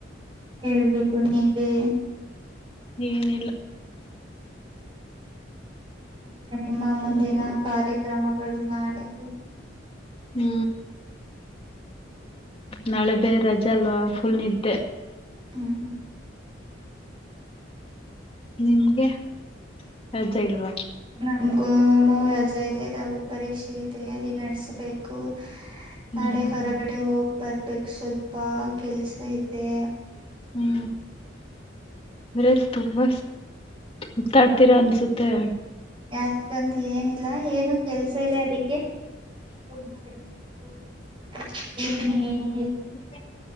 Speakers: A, on the right; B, on the left.
A: ಹೇಳ್ಬೇಕು ನೀವೇ
B: ಏನಿಲ್ಲ
A: ಮತ್ತೆ ನಿಮ್ಮ ಮುಂದಿನ ಕಾರ್ಯಕ್ರಮಗಳು ನಾಳೆಗೆ.
B: ಹೂ ನಾಳೆ ಬೇ ರಜೆ ಅಲ್ವಾ ಫುಲ್ ನಿದ್ದೆ.
A: ಹ್ಮ್ ಹ್ಮ್
B: ನಿಮ್ಗೆ ರಜಾ ಇಲ್ವಾ.
A: ನಮಗೂನು ರಜಾ ಇದೆ ನಾವು ಪರೀಕ್ಷೆಗೆ ತಯಾರಿ ನಡೆಸಬೇಕು
B: ಹ್ಮ್
A: ನಾಳೆ
B: ಹ್ಮ್
A: ಹೊರಗಡೆ ಹೋಗಿ ಬರ್ಬೇಕು ಸ್ವಲ್ಪ ಕೆಲ್ಸ ಇದೆ
B: ಹೂ ಅಂದ್ರೆ ತುಂಬಾ ಹುತ್ತಾಡ್ತೀರಾ ಅನ್ಸುತ್ತೆ
A: ಅಷ್ಟೊಂದು ಏನಿಲ್ಲ ಏನು ಕೆಲ್ಸ ಇದೆ ಅದಕ್ಕೆ ಹ್ ಬರ್ಬೇಕು <unintelligible>
B: ಹೂ